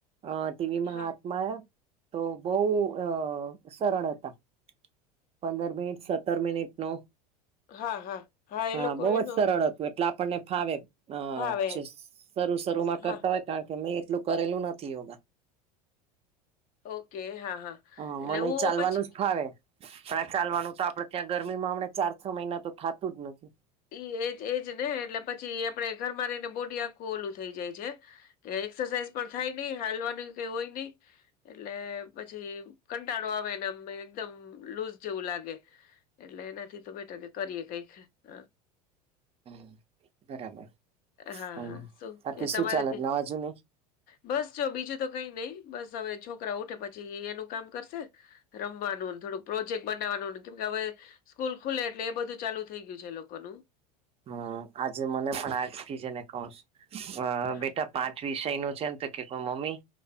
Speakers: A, on the right (about 30°); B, on the left (about 45°).
A: આમ ટીવીમાં
B: હા,
A: હાથમાંર્યા તો બહુ અ સરળ હતા. પંદર મિનિટ સત્તર મિનિટ નો <unintelligible>
B: હા, હા. એ
A: હા
B: લોકો
A: બહુ જ
B: એનું
A: સરળ હતું. એટલે આપણને ફાવે અ
B: ભાવે.
A: શરૂુ શરૂમાં
B: હા,
A: કરતા હોય કારણ કે મે એટલું ઘરેલું નથી યોાગા
B: ઓકે હા હા
A: હ
B: એટલે
A: મને
B: હું
A: ચાલવાનું
B: પછી
A: જ ફાવે પણ આ ચાલવાનું તો આપડે ત્યાં ગરમીમાં હમણા ચાર છ મહિના તો થતું જ નથીવ
B: ઈ એજ એજ ને એટલે પછી આપડે ઘરમાં રહીને બોડી આખું ઓલું થઈ જાય છે. કે એક્સરસાઇઝ પણ થાય નહી હાલવાનું કઈ હોય નહી. એટલે પછી કંટાળો આવેને અ એકદમ લુઝ જેવું લાગે. એટલે એનાથી તો બેટર કે કરીએ કઈ. હ
A: હમ બરાબર.
B: હા
A: હમ
B: હા શું
A: બાકી
B: કે
A: શું
B: તમારે?
A: ચાલે નવા જુની
B: બસ ચ બીજું તો કઈ નઈ, બસ હવે છોકરા ઉઠે પછી એનું કામ કરશે. રમવાનું થોડુંક પ્રોજેક્ટ બનાવાનું કેમ હવે સ્કૂલ ખુલે એટલે એ બધું ચાલુ થઇ ગયુ. યું છે લોકોનું?
A: હમ આજે મને પણ આજ થી જને કઉ છુ અ
B: હા
A: બેટા પાંચ વિષય નું છેને તે કે પણ મમ્મી